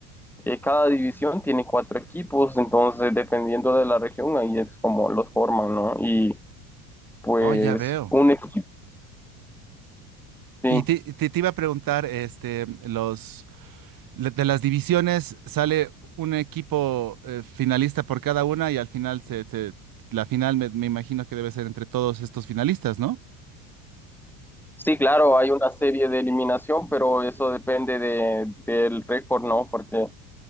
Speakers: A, in the centre; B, on the right (about 50°).
A: eh, cada división tiene cuatro equipos, entonces dependiendo de la región ahí es como los forman, ¿no? Y pues
B: Oh, ya veo.
A: un equipo, sí,
B: Y te, te, te iba a preguntar, este, los, Le- De las divisiones sale un equipo eh, finalista por cada una y al final se, se- la final me, me imagino que debe ser entre todos estos finalistas, ¿no?
A: Sí, claro, hay una serie de eliminación, pero eso depende de, del récord, ¿no? Porque